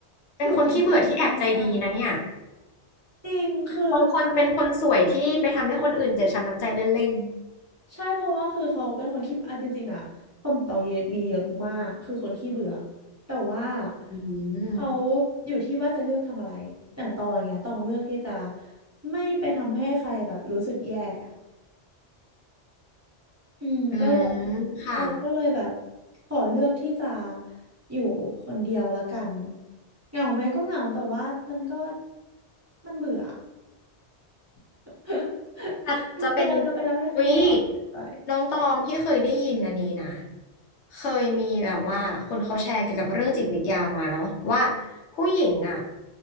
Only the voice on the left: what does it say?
เป็นคนขี้เบื่อที่แอบใจดีนะเนี่ย
บางคนเป็นคนสวยที่ไปทำให้คนอื่นเจ็บช้ำน้ำใจเล่น
อืม
อืมค่ะ
อาจจะเป็น
อุ๊ยน้องตองพี่เคยได้ยินอันนี้นะ เคยมีแบบว่าคนเขาแชร์เกี่ยวกับเรื่องจิตวิทยามาเนาะว่าผู้หญิงอ่ะ